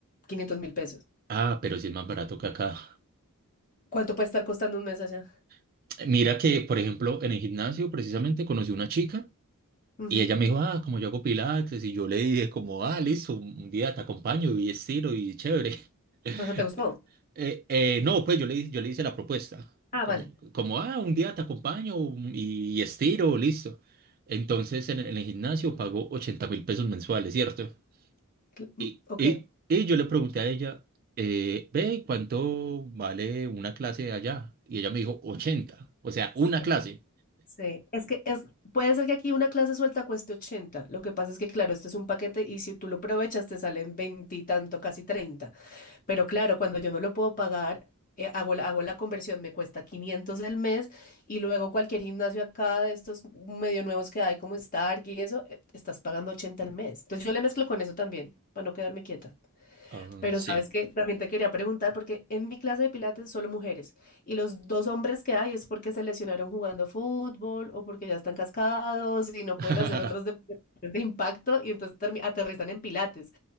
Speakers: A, on the left (about 40°); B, on the right (about 40°).
A: quinientos mil pesos.
B: Ah, pero sí es más barato que acá.
A: ¿Cuánto puede estar costando un mes allá?
B: <sniffs> Mira que, por ejemplo, en el gimnasio precisamente conocí una chica
A: Ujú.
B: y ella me dijo, ah, como yo hago pilates, y yo le dije como, ah, listo, un día te acompaño y estiro y chévere. <laughs>
A: Ajá, ¿te gustó?
B: Eh, eh, no, pues yo le, yo le hice la propuesta,
A: Ah,
B: como,
A: vale.
B: como, ah, un día te acompaño um, y, y estiro, listo. Entonces en, el en el gimnasio pagó ochenta mil pesos mensuales, ¿cierto?
A: Cl- mm,
B: Y,
A: Ok.
B: y, y yo le pregunté a ella, eh, ve, ¿cuánto vale una clase allá? Y ella me dijo, ochenta o sea,
A: Sí.
B: una clase.
A: Sí, es que es, puede ser que aquí una clase suelta cueste 80. Lo que pasa es que, claro, este es un paquete y si tú lo aprovechas te salen 20 y tanto, casi 30. Pero claro, cuando yo no lo puedo pagar, eh, hago la, hago la conversión, me cuesta 500 el mes y luego cualquier gimnasio acá de estos medio nuevos que hay como Stark y eso, eh, estás pagando 80 al mes. Entonces yo le mezclo con eso también, para no quedarme quieta.
B: Ah,
A: Pero
B: sí.
A: sabes que también te quería preguntar, porque en mi clase de pilates solo mujeres, y los dos hombres que hay es porque se lesionaron jugando fútbol o porque ya están cascados y no
B: <laughs>
A: pueden hacer otros deportes de impacto y entonces termi- aterrizan en pilates.